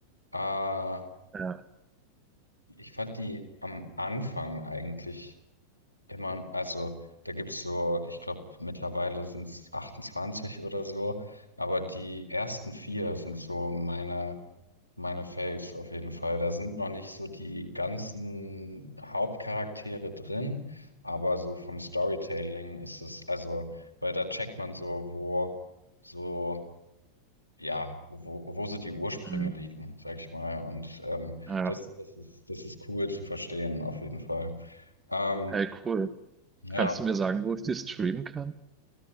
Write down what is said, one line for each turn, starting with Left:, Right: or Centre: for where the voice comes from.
Left: äh,
Right: Ja.
Left: ich fand die am Anfang eigentlich. Immer, also da gibt's so, ich glaube, mittlerweile sind's 28 oder so, aber die ersten vier sind so meine, meine Faves auf jeden Fall. Da sind noch nicht so die ganzen Hauptcharaktere drin, aber so vom Storytelling ist es, also, weil da checkt man so, wo, so, ja, wo, wo so die Ursprünge
Right: Mhm.
Left: liegen, sag ich mal. Und ähm,
Right: Ja.
Left: das, das ist, das ist cool zu verstehen, auf jeden Fall. Ähm,
Right: Hey, cool.
Left: ja.
Right: Kannst du mir sagen, wo ich die streamen kann?